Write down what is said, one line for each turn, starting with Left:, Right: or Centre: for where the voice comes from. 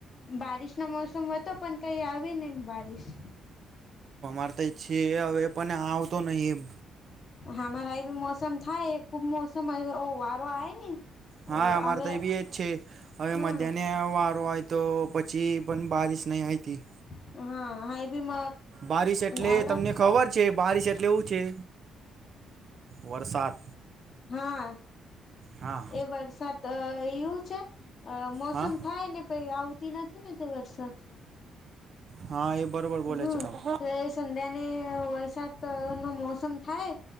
Left: બારિશનો મોસમ હતો પણ કઈ આવે નહ બારિશ
Right: પર ત્યાં છે હવે પણ આવતો નહિ એમ
Left: હામારા એ બી મોસમ થાય, ખુબ મોસમ <unintelligible> વારો આવે ને
Right: હા, અમારે
Left: હવે
Right: તઈ બી એજ છે. હવે
Left: હા
Right: મધ્યાહને વારો હોય તો પછી પણ બારીશ નઈ હૈતી.
Left: હા. બી
Right: બારિશ એટલે
Left: આવડા
Right: તમને ખબર છે, બારીશ એટલે ઊંચ પ છે, વરસાદ
Left: હા
Right: હા
Left: એ વરસાદ એવું છે, અ મોસમ
Right: હા
Left: થાય ને પ આવતી નથી ને તે વરસાદ
Right: હા એ બરોબર બોલે
Left: હમ
Right: છે તમે
Left: જ સંધ્યા ને વરસાદ નો મોસમ થાય